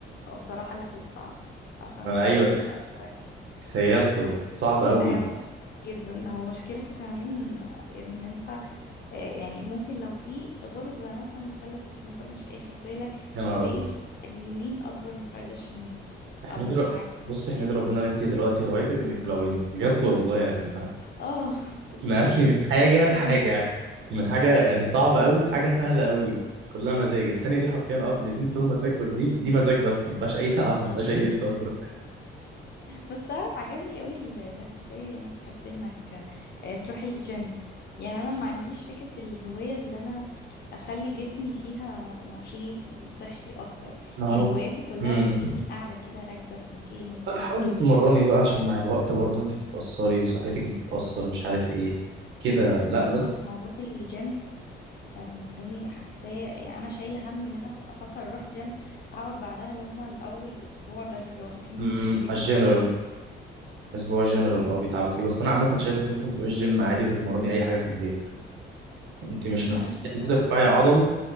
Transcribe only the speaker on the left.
هو صراحة اللكلوك صعب عشان
نكون صريحين
آه، جدا هو مشكلته كمان ان انت آه، يعني ممكن لو في غرزة مثلا اتفلتت وانت مش اخد بالك
تلاقي
الفردة اليمين اكبر من الفردة الشمال
او العكس
اه
<laughs>
تلوين
بس تعرف عجبني قوي ال- انك قلت لي يعني بتحب انك آه، تروحي الجيم يعني انا ما عنديش فكرة الهواية اللي انا اخلي جسمي فيها نشيط وصحي اكتر
يعني
هواياتي كلها
بتخليني قاعدة كده راكزة في مكاني مكاننا
انا موضوع الجيم آه، بالنسبة لي حاساه يعني أنا شايلة هم إن أنا أفكر أروح جيم أقعد بعدها اللي هما الأول أسبوع ده اللي بيقعدوا فيه
في البيت
مضطرين
أنا لسه
أتعلم
سباحة